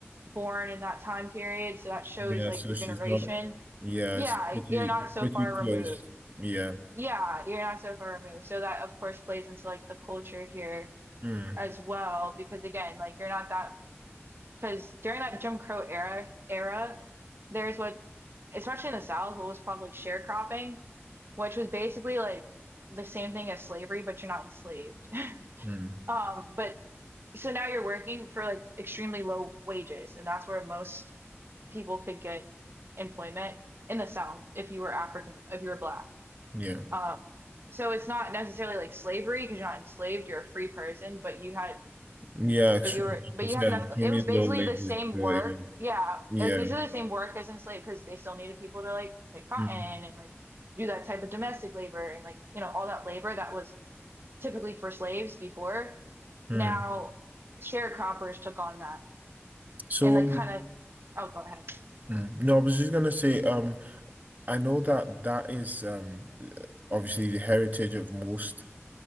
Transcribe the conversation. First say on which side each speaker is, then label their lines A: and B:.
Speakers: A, on the right (about 55°); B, on the right (about 40°).
A: born in that time period, so that shows
B: Yeah,
A: like
B: so
A: the
B: she's
A: generation.
B: not. Yeah,
A: Yeah,
B: it's pretty
A: you're not so
B: pretty
A: far
B: close.
A: removed.
B: Yeah.
A: Yeah, you're not so far removed. So that of course plays into like the culture here
B: Mm,
A: as well, because again, like you're not that because during that Jim Crow era era, there's what especially in the South, what was called like sharecropping, which was basically like the same thing as slavery, but you're not enslaved. <laughs>
B: mm,
A: Um, but so now you're working for like extremely low wages, and that's where most people could get employment in the South if you were African, if you were black.
B: yeah.
A: Um, so it's not necessarily like slavery because you're not enslaved, you're a free person, but you had
B: Yeah, extremely,
A: but you were
B: like
A: but
B: you said,
A: you had enough
B: extremely
A: it was
B: low
A: basically
B: latency.
A: the same
B: So
A: work.
B: it was,
A: Yeah,
B: yeah.
A: it was basically the same work as enslaved because they still needed people to like pick cotton
B: Mm,
A: and like do that type of domestic labor and like, you know, all that labor that was typically for slaves before.
B: mm.
A: Now sharecroppers took on that
B: So
A: and like
B: um,
A: kind of oh go ahead.
B: mm, no, I was just gonna say, um, I know that that is um obviously the heritage of most